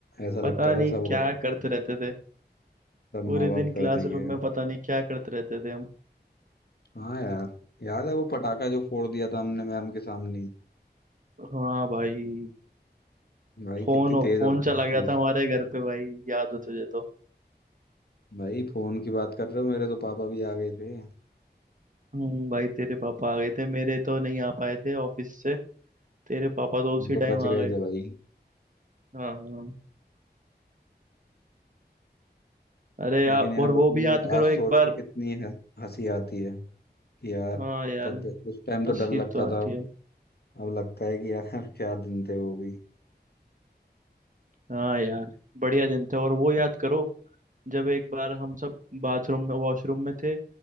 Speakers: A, on the left (about 65°); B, on the right (about 45°).
A: ऐसा लगता
B: पता नहीं
A: था सब
B: क्या
A: हो जाएगा
B: करते रहते थे
A: सब
B: पूरे
A: माँ बाप
B: दिन
A: कर
B: क्लासरूम
A: देंगे
B: में पता नहीं क्या करते रहते थे हम
A: हाँ यार याद है वो पटाखा जो फोड़ दिया था हमने मैम के सामने ही
B: हाँ भाई
A: भाई
B: फोन
A: कितनी तेज
B: फोन
A: आवाज
B: चला गया
A: थी उसकी
B: था हमारे घर पे भाई याद हो तुझे तो
A: भाई फोन की बात कर रहे हो मेरे तो पापा भी आ गए थे
B: हम्म भाई तेरे पापा आ गए थे मेरे तो नहीं आ पाए थे ऑफिस से तेरे पापा तो उसी
A: हम तो
B: टाइम
A: बच
B: आ
A: गए
B: गए
A: थे भाई
B: हाँ हाँ अरे यार
A: लेकिन यार
B: और
A: वो
B: वो
A: भी
B: भी याद
A: ये
B: करो
A: आज सोच
B: एक बार
A: के कितनी ह- हंसी आती है कि यार
B: हाँ यार
A: पप उस टाइम तो
B: हंसी
A: डर लगता
B: तो आती
A: था
B: है
A: अब लगता है कि यार <laughs> क्या दिन थे वो भी
B: हाँ यार बढ़िया दिन थे और वो याद करो जब एक बार हम सब बाथरूम में वॉशरूम में थे